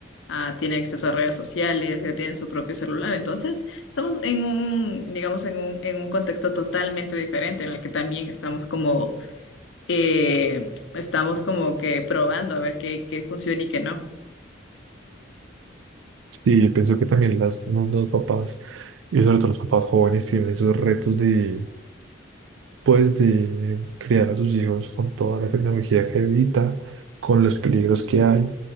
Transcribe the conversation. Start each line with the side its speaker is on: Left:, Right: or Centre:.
Left: a- tienen acceso a redes sociales, ya tienen su propio celular. Entonces, estamos en un, digamos, en un, en un contexto totalmente diferente en el que también estamos como, eh, estamos como que probando a ver qué, qué funciona y qué no.
Right: Sí, yo pienso que también las, los, los papás, y sobre todo los papás jóvenes, tienen esos retos de, pues de criar a sus hijos con toda la tecnología que evita, con los peligros que hay.